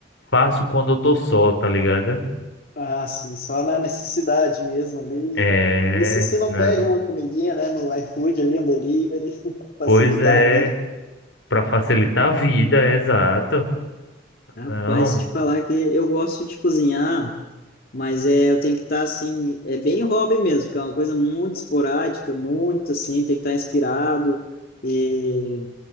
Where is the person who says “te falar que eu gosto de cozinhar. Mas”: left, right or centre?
Left